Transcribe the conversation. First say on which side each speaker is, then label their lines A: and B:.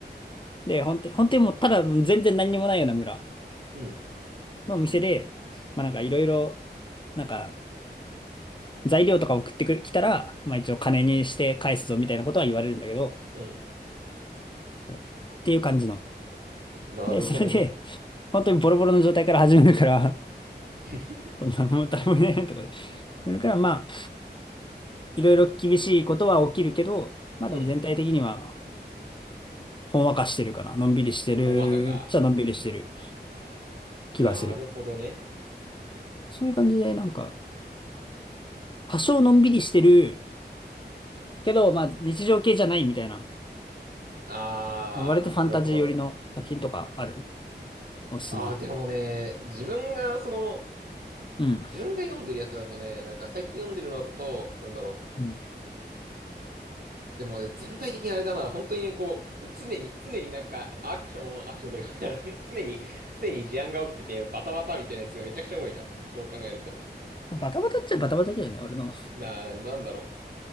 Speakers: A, on the left; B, on the right.
A: で、本当に、本当にもうただ全然何にもないような村
B: うん。
A: の店で、まあなんかいろいろ、なんか、材料とか送ってくる、来たら、まあ一応金にして返すぞみたいなことは言われるんだけど、
B: うん。
A: っていう感じの。
B: なるほどね。
A: で、それで、本当にボロボロの状態から始めるから、
B: <laughs>
A: そんなもう誰もいないとかで。それからまあ、いろいろ厳しいことは起きるけど、まあでも全体的には、
B: うん。
A: ほんわかしてるかな。のんびりしてる、
B: ほんわかか。
A: じゃのんびりしてる
B: なるほどね。
A: 気がする。そういう感じで、なんか、多少のんびりしてるけど、まあ日常系じゃないみたいな、
B: あー、
A: 割とファンタジー寄りの作品とかある
B: なるほどね。
A: おすすめの。
B: あー、でもね、自分がその、
A: うん。
B: 自分が読んでるやつだとね、なんか最近読んでるのだと、なんだろう。
A: うん
B: でも全体的にあれだな、本当にね、こう、常に、常になんか、アクション、アクションというか <laughs> 常に、常に事案が起きてて、バタバタみたいなやつがめちゃくちゃ多いな。そう考えると。
A: バタバタっちゃバタバタだよね、俺の。あ
B: なあ、なんだろう。